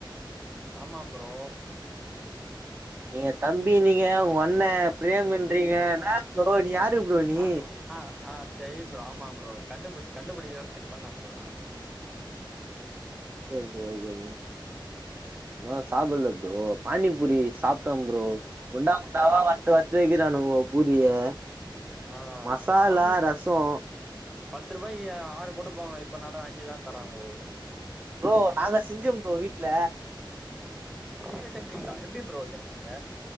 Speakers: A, in the centre; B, on the right.
A: ஆமா ப்ரோ
B: நீங்க தம்பி நீங்க ஒன்ன பிரேம்ன்றீங்க நாச்சு ப்ரோ நீ யாரு ப்ரோ நீ
A: ஆ ஆ ஆ செரி ப்ரோ ஆமா ப்ரோ கண்டுபுடிச் கண்டுபிடிக்கிதா செக் பண்ண ப்ரோ நானு
B: ஓகே ப்ரோ ஓகே ப்ரோ நா சாப்பல்ல ப்ரோ பானிபுரி சாப்டே ப்ரோ குண்டா குண்டாவா வறுத்து வத்றுத விக்கிறானுங்கோ பூரியா
A: ஆ
B: மசாலா
A: பானி
B: ரசோ
A: பத்து ருபாய்க்கி ஆறு குடுப்பங்கோ இப்ப எனடா அஞ்சுதா தாரங்கோ
B: ப்ரோ நாங்க செஞ்சோ ப்ரோ வீட்ல
A: நீங்க செஞ்சீங்ளா எப்டி ப்ரோ செஞ்சீங்க